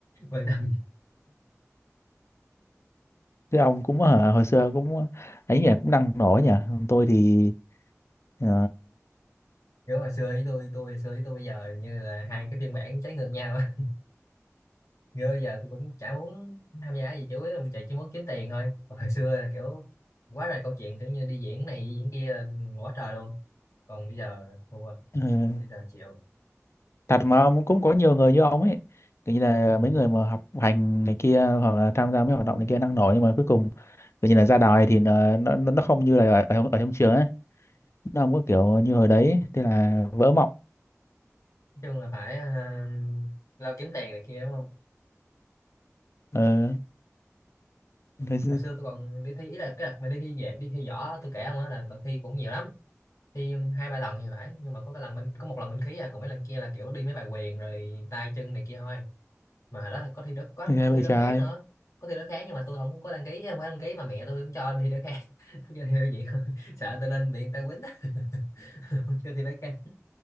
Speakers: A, on the left (about 75°); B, on the left (about 55°).
A: <laughs> quan tâm gì.
B: thế ông cũng hả, hồi xưa cũng ấy nhỉ cũng đang nổi nhỉ Còn tôi thì ờ,
A: kiểu hồi xưa với tôi tôi hồi xưa với tôi bây giờ như là hai cái phiên bản trái ngược nhau <laughs> như bây giờ tôi cũng chả muốn tham gia gì chủ yếu là chạy chỉ muốn kiếm tiền thôi Còn hồi xưa là kiểu quá trời câu chuyện kiểu như đi diễn này đi diễn kia là quá trời luôn còn bây giờ thua
B: ờ,
A: bây giờ chịu
B: thật mà ông cũng có nhiều người như ông ấy kiểu như là
A: ừ.
B: mấy người mà học hành này kia hoặc là tham gia mấy hoạt động này kia đang nổi nhưng mà cuối cùng kiểu như là ra đời thì nó nó, nó không như là ở, ở, ở trong trường ấy nó không có kiểu như hồi đấy thế là vỡ mộng
A: chung là phải à, lo kiếm tiền này kia đúng không
B: Ờ, thế
A: hồi xưa tôi còn đi thi ý là cái đợt mà đi thi về đi thi võ tôi kể không á là, là thi cũng nhiều lắm thi hai ba lần thì phải nhưng mà có cái lần bên có một lần bên khí à còn mấy lần kia là kiểu đi mấy bài quyền rồi tay chân này kia thôi mà hồi đó có thi đối có
B: Ghê vậy
A: thi đối
B: trời.
A: kháng nữa có thi đối kháng nhưng mà tôi không có đăng ký không phải đăng ký mà mẹ tôi cũng cho đi đối kháng <laughs> cho thi đối diện thôi <laughs> sợ tôi lên bị người ta quýnh <laughs> không cho thi đối kháng